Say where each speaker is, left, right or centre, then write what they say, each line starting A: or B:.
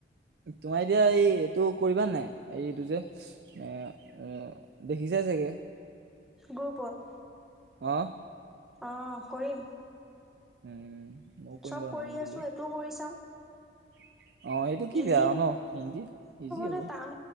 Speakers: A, on the right; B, in the centre.
A: তোমাৰ এতিয়া এই এইটো কৰিবা নাই এই এইটো যে এ অ দেখিছাই চাগে?
B: গ্ৰুপত?
A: অ।
B: অ, কৰিম।
A: উম। ময়ো কৰিম
B: চব
A: বাৰু
B: কৰি
A: নাম দিলো
B: আছো এইটোও কৰি চাওঁ।
A: <unintelligible> অ এইটো কি
B: ইজি
A: বেয়া ন হিন্দী ইজি হ'ব
B: নে টান